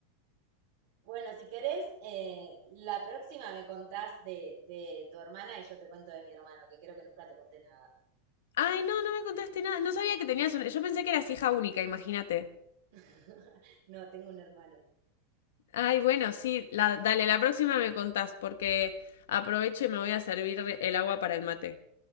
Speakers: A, on the right; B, on the left.
A: Bueno, si querés, eh, la próxima me contás de, de tu hermana y yo te cuento de mi hermano, que creo que nunca te conté nada.
B: Ay, no, no me contaste nada. No sabía que tenías una... Yo pensé que eras hija única, imagínate.
A: <laughs> No, tengo un hermano.
B: Ay, bueno, sí, la, dale, la próxima me contás porque aprovecho y me voy a servir el agua para el mate.